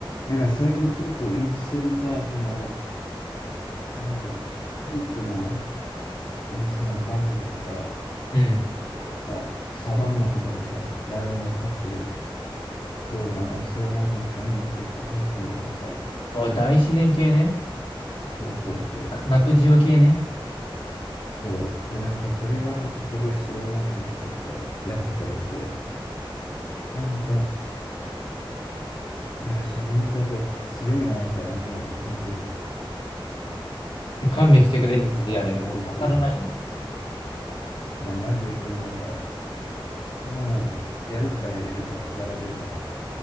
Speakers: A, on the left (about 55°); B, on the left (about 80°).
A: なんか最近結構インスタでさ、その、なんだろう、ペットのインスタのアカウントとかさ、
B: うん。
A: なんかサバンナとかでさ、ライオンが飼ってる動画、なんかスローモーションとか見るの結構ハマってんだけどさ、
B: お大自然系ね。
A: そうそうそう、
B: なナトジオ系ね。
A: そう。で、なんかそれがなんかすごいスローモーションとかでさ、やってたりして、なんか、すいや、自然ってやっぱり強いなみたいな思うよね、本当に。
B: もう勘弁してくれって感じだね。
A: 弱肉強食っていう。
B: もう勝らないよね。
A: いや、マジでそういうなんか、もう、やるかやれるか、やられるかの、